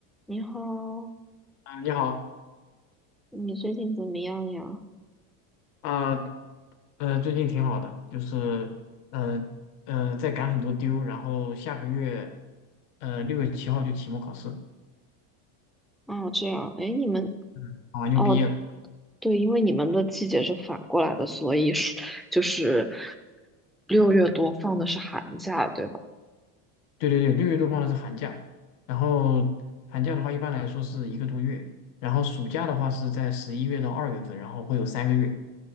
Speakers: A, in the centre; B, on the left (about 75°).
A: 你好，
B: 啊，你好
A: 你最近怎么样呀？
B: 啊，呃，最近挺好的，就是呃呃，在赶很多丢，然后下个月呃六月七号就期末考试，
A: 哦，这样，哎，你们，
B: 嗯，考完就毕业了。
A: 哦，对，因为你们的季节是反过来的，所以是就是六月多放的是寒假，对吧？
B: 对对对，六月多放的是寒假，然后寒假的话一般来说是一个多月，然后暑假的话是在十一月到二月份，然后会有三个月。